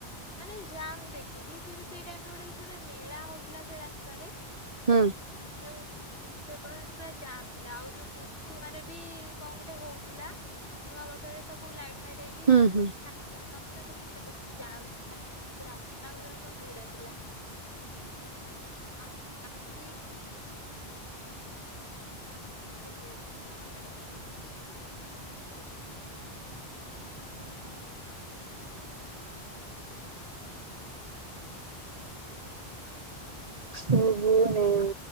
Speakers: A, on the left; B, on the right.
A: ମାନେ ଜାମ୍ ଦେଖିକି। ସେଠି ସେଇ ଟାଇରେ ଗୋଟେ କିଛି ଗୋଟେ ମେଳା ହଉଥିଲା ସେ ରାସ୍ତାରେ
B: ହୁଁ।
A: ଯୋଉ ଉଁ, ସେପଟ ପୁରା ଜାମ୍ ଥିଲା ଆଉ ଯୋଉ କୁସୁମାରେ ବି କଣ ଗୋଟେ ହଉଥିଲା। ନୂଆ ବର୍ଷରେ ସବୁ ଲାଇଟ୍ ଫାଇଟ୍ ହେଇକି
B: ହୁଁ
A: ସେଠି
B: ହୁଁ।
A: ସବୁ <inaudible> ହଉଥିଲା <inaudible> ଜାମ୍ ଥି ରାସ୍ତା ଗୁଡରା ସବୁ ଭିଡ ଥିଲା। ଆମେ ଯାଇଙ୍ଗି <unintelligible>
B: ହୁ, ହୁ ନେଇ